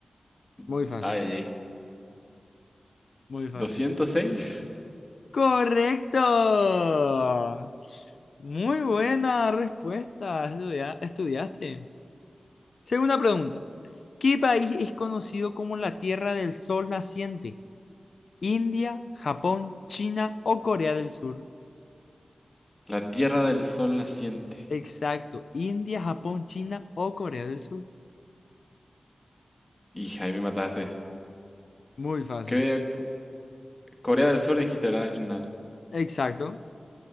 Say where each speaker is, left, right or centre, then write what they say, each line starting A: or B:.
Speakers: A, on the left; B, on the left.
A: Muy
B: d-
A: fácil,
B: ay, ay.
A: muy fácil.
B: doscientos seis.
A: Correcto. Muy buena respuesta. Estudia- estudiaste. Segunda pregunta. ¿Qué país es conocido como la Tierra del Sol Naciente? ¿India, Japón, China o Corea del Sur?
B: la Tierra del Sol naciente.
A: Exacto. India, Japón, China o Corea del Sur.
B: Hija, ahí me mataste.
A: Muy fácil.
B: Creo, Corea del Sur dijiste, ¿verdad? Al final.
A: Exacto.